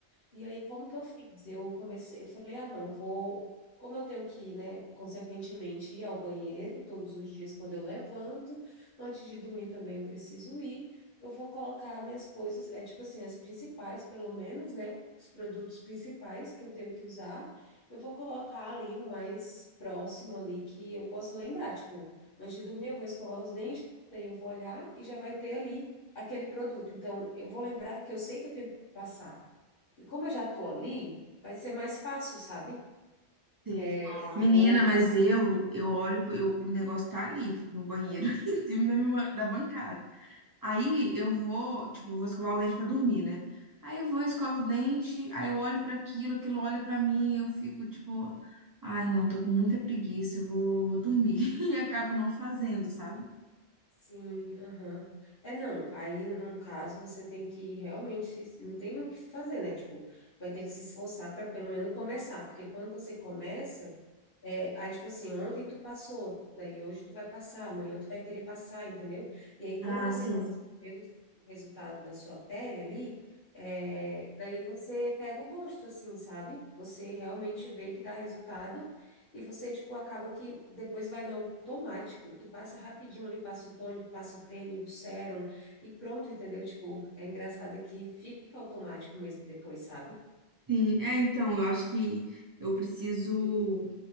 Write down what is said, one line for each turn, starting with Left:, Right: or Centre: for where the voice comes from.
Left: E aí, como que eu fiz? Eu comecei, eu falei, ah, não, eu vou. Como eu tenho que, né, consequentemente ir ao banheiro todos os dias quando eu levanto, antes de dormir também eu preciso ir, eu vou colocar minhas coisas, é tipo assim, as principais, pelo menos, né, os produtos principais que eu tenho que usar, eu vou colocar ali o mais próximo ali que eu possa lembrar, tipo, Antes de dormir, eu vou escovar os dentes, aí eu vou olhar e já vai ter ali aquele produto. Então, eu vou lembrar que eu sei que eu tenho que passar. E como eu já estou ali, vai ser mais fácil, sabe?
Right: Sei.
Left: Eu não
Right: Menina,
Left: vou, tipo,
Right: mas
Left: assim.
Right: eu eu olho, pro- eu, o negócio tá ali no banheiro, <laughs> em cima da, minha, da bancada. Aí eu vou, tipo, eu vou escovar o dente pra dormir, né? Aí eu vou, escovo o dente, aí eu olho pra aquilo, aquilo olha pra mim, eu fico tipo, ai, não, tô com muita preguiça, eu vou, vou dormir. <laughs> E acabo não fazendo, sabe?
Left: Sim, aham. É, não, aí no caso você tem que realmente, se- não tem o que fazer, né? Tipo, vai ter que se esforçar para pelo menos começar, porque quando você começa, é, aí tipo assim, ontem tu passou, daí hoje tu vai passar, amanhã tu vai querer passar, entendeu? E aí
Right: Ah,
Left: quando você
Right: sim.
Left: começa a ver o o resultado da sua pele ali, é, daí você pega o gosto, assim, sabe? Você realmente vê que dá resultado. E você, tipo, acaba que depois vai no automático. Tu passa rapidinho ali, passa o tônico, passa o creme, o sérum e pronto, entendeu? Tipo, é engraçado que fica automático mesmo depois, sabe?
Right: Sim, é, então, eu acho que eu preciso.